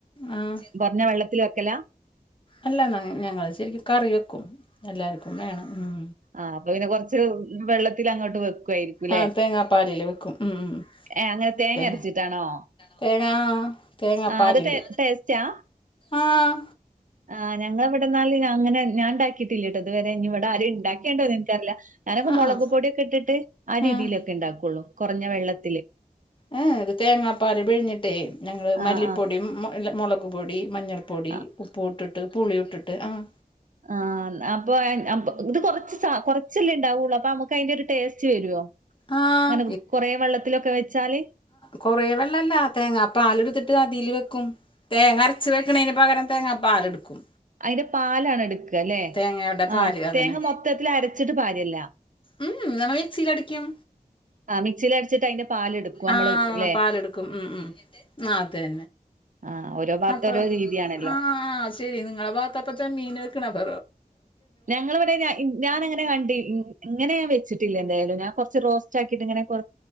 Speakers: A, on the left; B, on the right.
A: ആഹ്
B: കുറഞ്ഞ വെള്ളത്തിൽ വെക്കലാ
A: അല്ല ഞങ്ങൾ ശരിക്കും കറി വെക്കും എല്ലാവർക്കും വേണം ഉം.
B: ആ അപ്പൊ പിന്നെ കൊറച്ച് വെള്ളത്തി അങ്ങോട്ട് വെക്കു കായിരിക്കുംല്ലേ
A: ആഹ് തേങ്ങാപ്പാലില് വെക്കും ഉം ഉം
B: ഏ അങ്ങനെ തേങ്ങരച്ചിട്ടാണോ
A: തേ തേങ്ങാ തേങ്ങാപ്പാലില്
B: ആ അത് ടേസ്‌റ്റാ
A: ആഹ്
B: ആ ഞങ്ങളെ ഇവിടെന്നാല് അങ്ങനെ ഞാൻ ഇണ്ടാക്കി കിട്ടില്ലട്ടോ ഇതുവരെ ഇനി ഇവിടെ ആരു ഉണ്ടാക്കണ്ടോ ഇന്ക്കറില്ല ഞാൻ ഒക്കെ
A: ആഹ്
B: മുളക് പൊടിയൊക്കെ ഇട്ടിട്ട് ആ രീതിയിലൊക്കെ
A: ആഹ്
B: ഉണ്ടാക്കുള്ളൂ കുറഞ്ഞ വെള്ളത്തില്
A: ഏ ഇത് തേങ്ങാപ്പാൽ പിഴിഞ്ഞിട് ഞങ്ങൾ
B: ആ
A: മല്ലിപ്പൊടിയും
B: ആ
A: മുളക് പൊടി മഞ്ഞൾ പൊ പൊടി
B: ആ
A: ഉപ്പൂ ഇട്ടിട്ട് പുളി ഇട്ടിട്ട് ആഹ്
B: ആഹ് അപ്പോ ഇത് കൊറച്ച് കൊറച്ചല്ലേ ഉണ്ടാവുള്ളൂ അപ്പോ നമ്മുക്ക് അതിന്റെ ഒരു ടേസ്റ്റ് വരുവോ
A: ആഹ്
B: അങ്ങനെ കൊറെ വെള്ളത്തിലൊക്കെ വെച്ചാല്
A: കൊറെേ വെള്ളല്ല തേങ്ങ പാല് എടുത്തിട്ട് അതിൽ വെക്കും തേങ്ങ അരച്ച് വെക്കണെന് പ പകരം തേങ്ങാ പാലെടുക്കും.
B: അയിന്റെ പാലാണ് എടുക്ക അല്ലെ
A: തേങ്ങയുടെ പാല്
B: ആഹ
A: അതന്നെ
B: തേങ്ങ മൊത്തത്തില് അരച്ചിട്ട് പാരല്ല
A: ഉം ഇങ്ങനെ മിക്സീൽ അടിക്കും.
B: ആ മിക്സിൽ അടിച്ചിട്ട് അതിന്റെ പാലെടുക്കും നമ്മള്
A: ആഹ്
B: ല്ലെ
A: പാലെടുക്കും ഉം ഉം അതെ
B: ആഹ് ഓരോ ഭാഗത്ത്
A: അപ്പ
B: ഓരോ രീതിയാണല്ലോ
A: ആ ഹ് ആ ശരി നിങ്ങളെ ഭാഗത്തപ്പോ ചെമ്മീൻ വിക്ക്ണ് അപ്പ
B: ഞങ്ങളിവിടെ ഞാന അങ്ങനെ കണ്ടി ഇങ്ങനെ ഞാൻ വെച്ചിട്ടില്ല എന്തായാലും ഞാൻ കുറച്ച് റോസ്റ്റ് ആക്കിയിട്ട് ഇങ്ങനെ കുറ